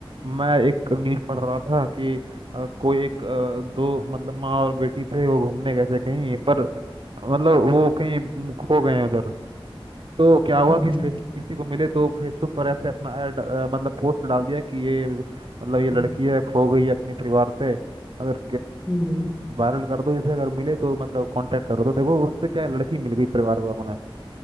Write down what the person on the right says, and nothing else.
मैं एक न्यूज पढ़ रहा था कि अ, कोई एक अ, दो मतलब माँ और बेटी थे वो घूमने गए थे कहीं पर मतलब वो कहीं खो गए उधर तो क्या हुआ
कि फेस किसी को मिले तो फेसबुक पर ऐसे अपना ऐड अ, मतलब पोस्ट डाल दिया कि ये मतलब ये लड़की
है खो गई है अपने परिवार से अगर
वायरल कर दो इसे अगर मिले तो मतलब कांटेक्ट करो तो देखो उससे क्या है, लड़की मिल गई परिवार को अपना